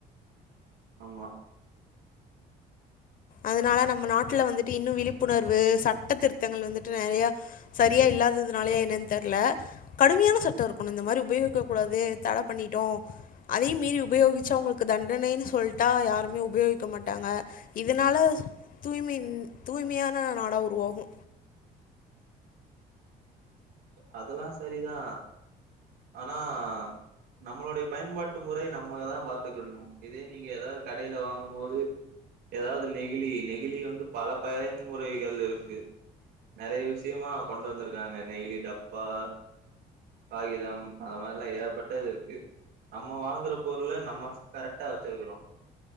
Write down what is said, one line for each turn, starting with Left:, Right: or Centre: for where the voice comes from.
Right: ஆமா
Left: அதனால நம்ம நாட்ல வந்துட்டு இன்னு விழிப்புணர்வு சட்ட திருத்தங்கள் வந்துட்டு நெறையா சரியா இல்லாததுனாலயா என்னன்னு தெர்ல கடுமையான சட்ட இருக்கணு இந்த மாரி உபயோகிக்க கூடாது தட பண்ணிட்டோ அதையு மீறி உபயோகிச்சா அவங்களுக்கு தண்டனைன்னு சொல்ட்டா யாருமே உபயோகிக்க மாட்டாங்க இதனால தூய்மின் தூய்மையான நாடா உருவாகு
Right: அதுலா சரிதா ஆனா நம்மளுடைய பயன்பாட்டு முறை நம்மளதா பாத்துக்கின்ணு இதே நீங்க எதா கடையில வாங்கும் போது எதாவ்து நெகிழி நெகிழி வந்து பல பயன்முறைகள் இருக்கு நெறைய விஷயமா கொண்டு வந்திருக்காங்க நெகிழி டப்பா காகிதம் அத மாரில்லா ஏகப்பட்டது இருக்கு நம்ம வாங்குற பொருள நம்ம கரெக்டா வெச்சிருக்கனு